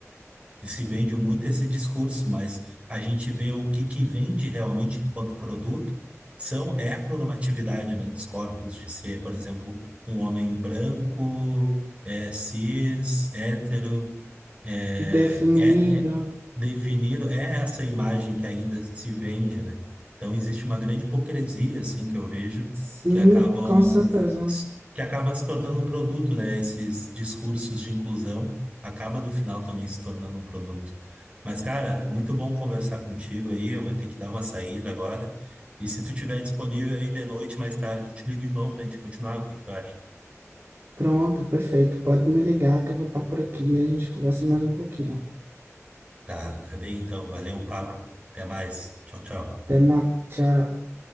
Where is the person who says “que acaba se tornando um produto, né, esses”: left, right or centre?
Right